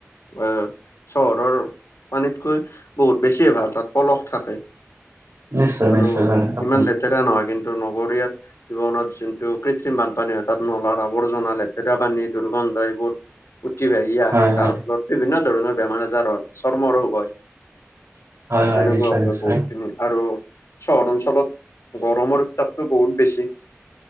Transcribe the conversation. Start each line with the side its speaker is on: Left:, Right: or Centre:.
Left: এ- চহৰৰ পানীতকৈ বহুত বেছিয়ে ভাল তাত পলস থাকে।
Right: নিশ্চয়
Left: হয়টো
Right: নিশ্চয় হয় আপুনি
Left: ইমান লে লেতেৰা নহয় কিন্তু নগৰীয়া জীৱনত যোনটো কৃত্ৰিম বানপানী হয় তাত নলাত আৱৰ্জনা - লেতেৰা পানী দুৰ্গন্ধ এইবোৰ উঠি ভহি আহে
Right: হয় হয়
Left: তাৰ ফলত। বিভিন্ন ধৰণৰ বেমাৰ আজাৰ হয় চৰ্ম ৰোগ।
Right: হয় হয়
Left: তেনেকুৱা
Right: নিশ্চয়
Left: হয়
Right: নিশ্চয়
Left: বহুত খিনি আৰু- চহৰ অঞ্চলত গৰমৰ উত্তাপটো বহুত বেছি